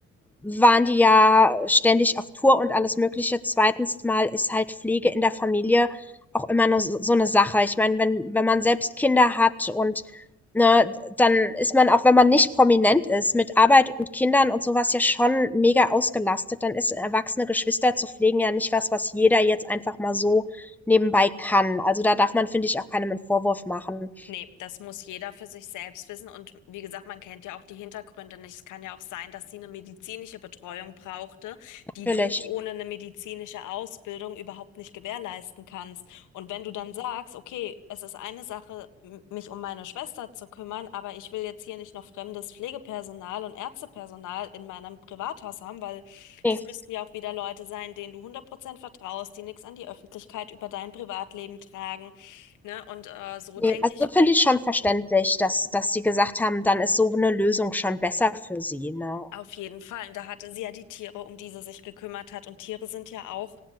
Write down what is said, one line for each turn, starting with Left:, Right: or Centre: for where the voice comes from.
Centre: waren die ja ständig auf Tour und alles Mögliche. Zweitens mal ist halt Pflege in der Familie auch immer nur so so eine Sache. Ich meine, wenn, wenn man selbst Kinder hat und ne, dann ist man, auch wenn man nicht prominent ist, mit Arbeit und Kindern und sowas ja schon mega ausgelastet, dann ist erwachsene Geschwister zu pflegen ja nicht was, was jeder jetzt einfach mal so nebenbei kann. Also da darf man, finde ich, auch keinem einen Vorwurf machen.
Left: Nee, das muss jeder für sich selbst wissen. Und wie gesagt, man kennt ja auch die Hintergründe nicht. Es kann ja auch sein, dass sie eine medizinische Betreuung brauchte, die
Centre: Natürlich.
Left: du ohne eine medizinische Ausbildung überhaupt nicht gewährleisten kannst. Und wenn du dann sagst, okay, es ist eine Sache, m- mich um meine Schwester zu kümmern, aber ich will jetzt hier nicht noch fremdes Pflegepersonal und Ärztepersonal in meinem Privathaus haben, weil
Centre: Nee.
Left: das müssten ja auch wieder Leute sein, denen du hundert Prozent vertraust, die nichts an die Öffentlichkeit über dein Privatleben tragen. Ne? Und äh, so
Centre: Ne,
Left: denke
Centre: also
Left: ich,
Centre: finde ich schon verständlich, dass dass sie gesagt haben, dann ist so eine Lösung schon besser für sie, ne?
Left: Auf jeden Fall. Und da hatte sie ja die Tiere, um die sie sich gekümmert hat. Und Tiere sind ja auch,